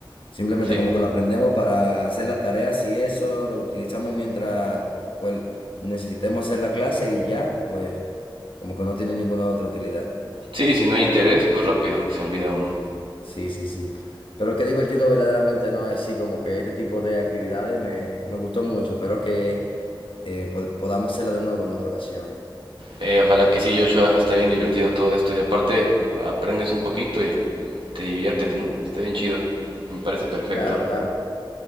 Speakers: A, on the left; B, on the right.
A: Simplemente
B: sí.
A: como que lo aprendemos para hacer las tareas y eso, lo utilizamos mientras, pues, necesitemos hacer la clase y ya, pues, como que no tiene ninguna otra utilidad.
B: Sí, si no hay interés, pues rápido, se olvida uno.
A: Sí, sí, sí. Pero qué divertido verdaderamente, ¿no? Así como que este tipo de actividades me, me gustó mucho. Espero que eh, pod- podamos hacerlo de nuevo en otra ocasión.
B: Eh, ojalá que sí, Joshua, está bien divertido todo esto y aparte aprendes un poquito y te diviertes, ¿no? Está bien chido, me parece perfecto.
A: Claro, claro.